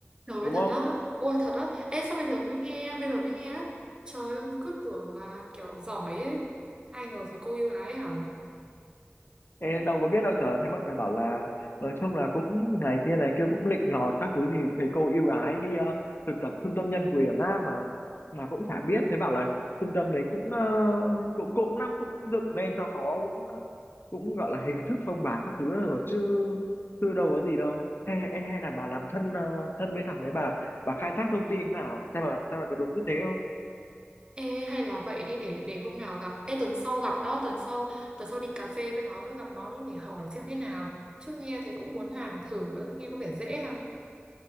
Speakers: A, on the right (about 20°); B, on the left (about 55°).
A: Trời ơi
B: Đúng
A: thật
B: không?
A: á Ôi thật á Ê sao bây giờ mới nghe Bây giờ mới nghe á Trời ơi cứ tưởng là kiểu giỏi ấy Ai ngờ thấy cô yêu ái hả
B: Ê, đâu có biết đâu trời, thấy mọi người bảo là nói chung là cũng này kia này kia cũng lịnh lọt các thứ thì thầy cô ưu ái đi ờ, thực tập trung tâm nhân quyền á mà mà cũng chả biết thấy bảo là trung tâm đấy cũng ờ, cũng cũng năm cũng dựng lên cho có cũng ờ, cũng gọi là hình thức phong bạc các thứ rồi chứ chưa đâu có gì đâu hay hay, hay là bà làm thân ờ, thân với thằng ấy bà bà khai thác thông tin nào sao mà sao mà có đúng như thế không
A: Ê hay là vậy đi để để hôm nào gặp Ê tuần sau gặp đó Tuần sau tuần sau đi cà phê với nó đó Gặp nó đó để hỏi xem thế nào Chứ nghe thế cũng muốn làm thử đó, Nghe có vẻ dễ ha